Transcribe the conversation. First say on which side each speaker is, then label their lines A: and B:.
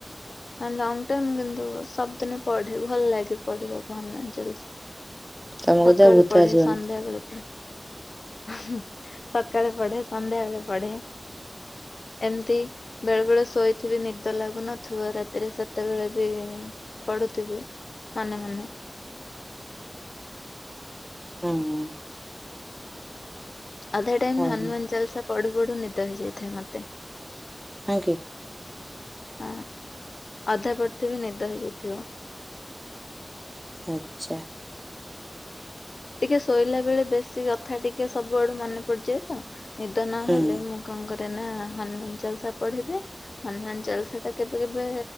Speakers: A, on the left; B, on the right.
A: ଲଙ୍ଗ୍ ଟମ୍ କିନ୍ତୁ ସବୁଦିନେ ପଢେ ଭଲ ଲାଗେ ପଢିବାକୁ ହନୁମାନ ଚାଳିଶା।
B: ତମ
A: ସକାଳେ
B: କତିରେ ଭୂତ
A: ପଢେ
B: ଆସିବନି
A: ସନ୍ଧ୍ୟାବେଳେ ପଢେ। ସକାଳେ ପଢେ ସନ୍ଧ୍ୟାବେଳେ ପଢେ। ଏମିତି ବେଳେ ବେଳେ ଶୋଇଥିବି ନିଦ ଲାଗୁନଥିବ ରାତି ତିରେ ସେତେ ବେଳେ ବି ପଢୁଥିବି ମନେ ମନେ।
B: ହୁଁ ହୁଁ।
A: ଅଧା ଟାଇମ୍
B: ହଉ
A: ହନୁମାନ ଚାଲିସା ପଢୁ ପଢୁ ନିଦ ହେଇଯାଇଥାଏ ମତେ।
B: ହଁ କି।
A: ହଁ ଅଧା ପଢିଥିବି ନିଦ ହେଇଯାଇଥିବ।
B: ଆଛା।
A: ଟିକେ ଶୋଇଲା ବେଳେ ବେଶୀ କଥା ଟିକେ ସବୁଆଡୁ ମନେ ପଡିଯାଏ ତ ନିଦ ନ
B: ହୁଁ
A: ହେଲେ ମୁଁ କଣ କରେ ନା ହନୁମାନ ଚାଲିସା ପଢିଦେ ହନୁମାନ ଚାଲିସା ଟା କେବେ କେବେ